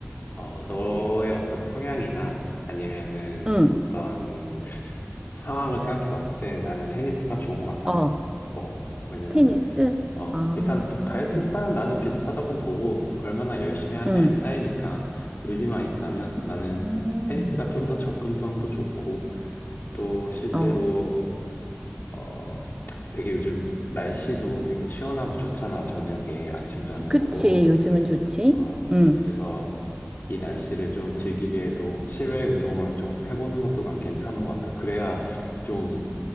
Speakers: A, on the left; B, on the right.
A: 어, 너의 어떤 성향이나 아니면은
B: 응,
A: 어떤 상황을 생각해 봤을 때 나는 테니스가 좋은 것 같다.
B: 어,
A: 어, 왜냐면은
B: 테니스?
A: 어,
B: 아,
A: 일단 다이어트 효과는 나는 비슷하다고 보고 얼마나 열심히 하냐의
B: 응,
A: 차이니까 의지만 있다면
B: 음,
A: 나는 테니스가 좀 더 접근성도 좋고 또 실제로
B: 어,
A: 어, 되게 요즘 날씨도 되게 시원하고 좋잖아. 저녁에 아침 저녁으로.
B: 그치, 요즘은 좋지?
A: 어,
B: 응,
A: 그래서 이 날씨를 좀 즐기게 해도 실외 운동을 좀 해보는 것도 난 괜찮은 것 같아. 그래야 좀